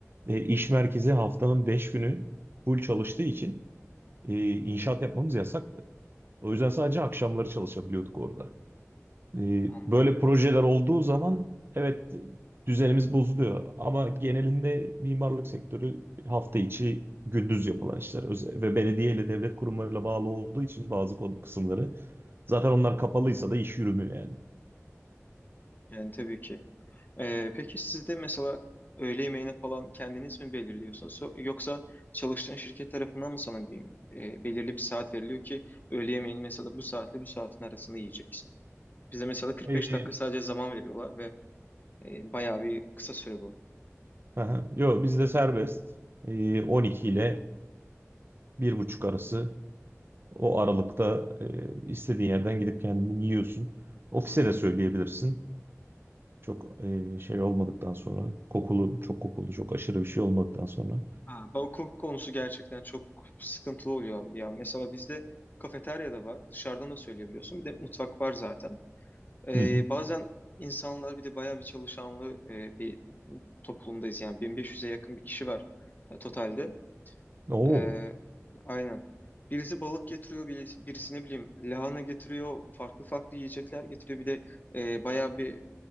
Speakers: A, on the right (about 45°); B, on the left (about 35°).
A: E, iş merkezi haftanın 5 günü full çalıştığı için e, inşaat yapmamız yasaktı. O yüzden sadece akşamları çalışabiliyorduk orada. Ee,
B: Anladım.
A: Böyle projeler olduğu zaman evet düzenimiz bozuluyor ama genelinde mimarlık sektörü hafta içi gündüz yapılan işler Öze- ve belediye ile devlet kurumlarıyla bağlı olduğu için bazı kon- kısımları zaten onlar kapalıysa da iş yürümüyor yani.
B: Yani tabii ki. Ee, peki siz de mesela öğle yemeğini falan kendiniz mi belirliyorsunuz So- yoksa çalıştığın şirket tarafından mı sana bir e, belirli bir saat veriliyor ki öğle yemeğini mesela bu saatle bu saatin arasında yiyeceksin? Bize mesela 45
A: Ee,
B: dakika sadece zaman veriyorlar ve e, bayağı bir kısa süre bu.
A: aha, yo bizde serbest Ee, 12 ile bir buçuk arası O aralıkta e, istediğin yerden gidip kendini yiyorsun. Ofise de söyleyebilirsin. Çok e, şey olmadıktan sonra kokulu, çok kokulu, çok aşırı bir şey olmadıktan sonra.
B: Ha, Bu Hukuk konusu gerçekten çok sıkıntılı oluyor ya. Mesela bizde kafeterya da var, dışarıdan da söyleyebiliyorsun. Bir de mutfak var zaten. Ee,
A: Hı hı.
B: bazen insanlar bir de bayağı bir çalışanlı e, bir toplumdayız. Yani 1500'e yakın bir kişi var e, totalde.
A: Oo.
B: Ee, aynen. Birisi balık getiriyor, birisi, birisi ne bileyim lahana getiriyor, farklı farklı yiyecekler getiriyor. Bir de e, bayağı bir